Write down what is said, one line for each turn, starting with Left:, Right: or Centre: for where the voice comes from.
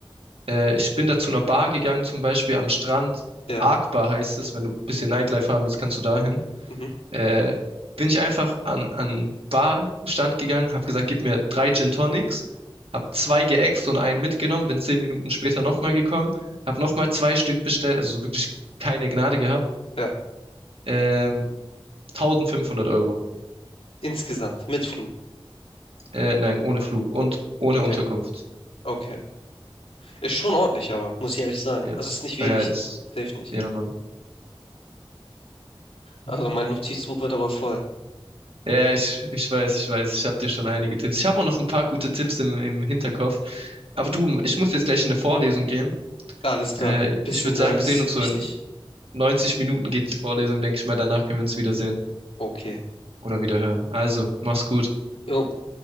Right: Äh, ich bin da zu einer Bar gegangen, zum Beispiel am Strand.
Left: Ja.
Right: Arc Bar heißt es, wenn du ein bisschen Nightlife haben willst, kannst du dahin.
Left: Mhm.
Right: Äh, bin ich einfach an an Barstand gegangen, habe gesagt, gib mir drei Gin Tonics, habe zwei geäxt und einen mitgenommen, bin zehn Minuten später nochmal gekommen, habe nochmal zwei Stück bestellt, also so wirklich keine Gnade gehabt.
Left: Ja.
Right: Ähm, 1500 Euro.
Left: Insgesamt. Mit Flug.
Right: Äh, nein, ohne Flug und ohne
Left: Okay.
Right: Unterkunft.
Left: Okay. Ist schon ordentlich, aber, muss ich ehrlich sagen.
Right: Ja.
Left: Also ist nicht wenig.
Right: Ah Ja, ist,
Left: Hilft nicht.
Right: ja, Mann. Hm.
Left: Also mein Notizbuch wird aber voll.
Right: Ja, ich, ich weiß, ich weiß. Ich habe dir schon einige Tipps. Ich habe auch noch ein paar gute Tipps im, im Hinterkopf. Aber du, ich muss jetzt gleich in eine Vorlesung gehen.
Left: Ja, Alles klar.
Right: Äh, ich
Left: Bisschen
Right: würde
Left: lernen
Right: sagen, wir
Left: ist
Right: sehen uns so
Left: wichtig.
Right: in 90 Minuten geht die Vorlesung, denke ich mal. Danach können wir uns wiedersehen
Left: Okay.
Right: oder wiederhören Also, mach's gut.
Left: Jo.